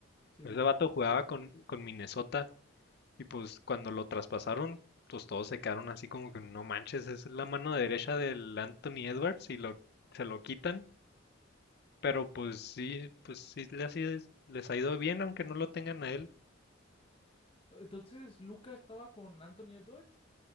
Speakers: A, on the left; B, on the left.
A: sí,
B: Ese
A: sí.
B: vato jugaba con, con Minnesota y pues cuando lo traspasaron, pues todos se quedaron así como que no manches, es la mano derecha del Anthony Edwards y lo, se lo quitan Pero pues sí, pues sí les, ha ido- les ha ido bien, aunque no lo tengan a él.
A: Entonces, Luca estaba con Anthony Edwards.